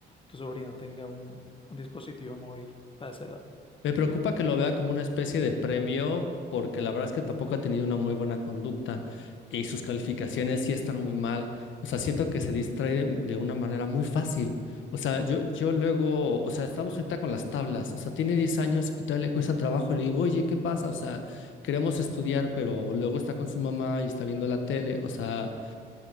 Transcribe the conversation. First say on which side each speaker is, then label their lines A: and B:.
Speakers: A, on the left; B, on the left.
A: tu sobrina tenga un, un dispositivo móvil a esa edad.
B: Me preocupa que lo vea como una especie de premio, porque la verdad es que tampoco ha tenido una muy buena conducta y sus calificaciones sí están muy mal. O sea, siento que se distrae de de una manera muy fácil. O sea, yo, yo luego, o sea, estamos ahorita con las tablas. O sea, tiene 10 años y todavía le cuesta trabajo. Y le digo, oye, ¿qué pasa? O sea, queremos estudiar, pero luego está con su mamá y está viendo la tele. O sea,